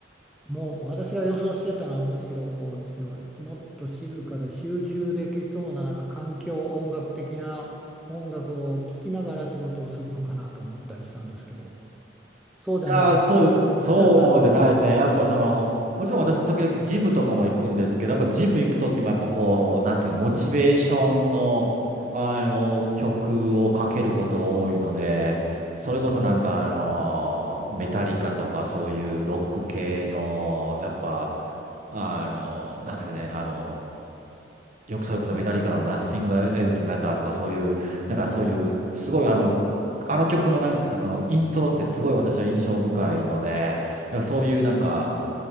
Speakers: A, in the centre; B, on the right.
A: もう私が予想してたのはむしろこうどもっと静かで集中できそうななんか環境音楽的な音楽を聴きながら仕事をするのかなと思ったりしたんですけどそうじゃないんですね。
B: いやー、そう、そうじゃないですね。
A: <laughs>
B: やっぱその、もちろん私、時々ジムとかも行くんですけど、やっぱジム行く時も、やっぱこう、なんていうか、モチベーションの、あの、曲をかけることが多いので、それこそなんか、あの、メタリカとか、そういうロック系の、やっぱ、あの、なんていうんですかね、あの、よくそれこそメタリカのナッシングエルスマターとかそういう、なんかそういう、すごいあの、あの曲のなんですか、そのイントロってすごい私は印象深いので、なんかそういうなんか、